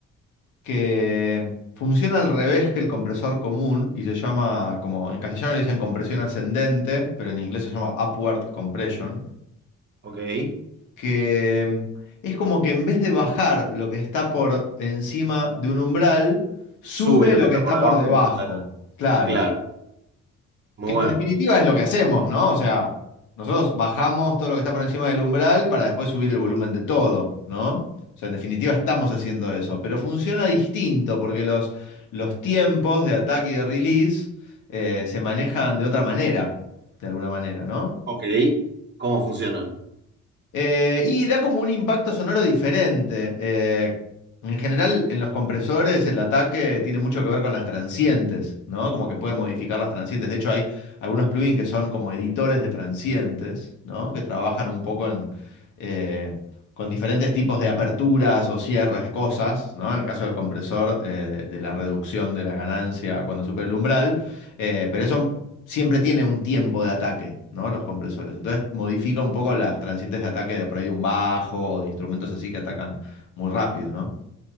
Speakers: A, on the left; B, on the right.
A: que funciona al revés que el compresor común y se llama, como en castellano le dicen compresión ascendente, pero en inglés se llama upward compression.
B: Ok.
A: que es como que en vez de bajar lo que está por encima de un umbral, sube
B: Sube lo
A: lo
B: que está
A: que está
B: por
A: por
B: debajo
A: debajo.
B: de un umbral.
A: Claro.
B: Claro. Muy
A: Que
B: bueno.
A: en definitiva es lo que hacemos, ¿no? O sea, nosotros bajamos todo lo que está por encima del umbral para después subir el volumen de todo, ¿no? O sea, en definitiva estamos haciendo eso, pero funciona distinto porque los, los tiempos de ataque y de release eh, se manejan de otra manera, de alguna manera, ¿no?
B: Ok. ¿Cómo funcionan?
A: Eh, y da como un impacto sonoro diferente. Eh, en general, en los compresores el ataque tiene mucho que ver con las transientes, ¿no? Como que puede modificar las transientes. De hecho, hay algunos plugins que son como editores de transientes, ¿no? Que trabajan un poco en, eh, con diferentes tipos de aperturas o cierres de cosas, ¿no? En el caso del compresor, eh, de, de la reducción de la ganancia cuando supera el umbral. Eh, pero eso siempre tiene un tiempo de ataque, ¿no? Los compresores. Entonces modifica un poco las transientes de ataque de por ahí de un bajo o de instrumentos así que atacan muy rápido, ¿no?